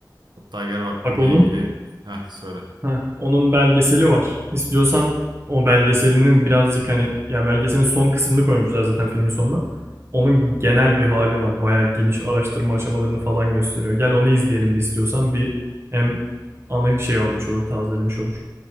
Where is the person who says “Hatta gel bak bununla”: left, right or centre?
Right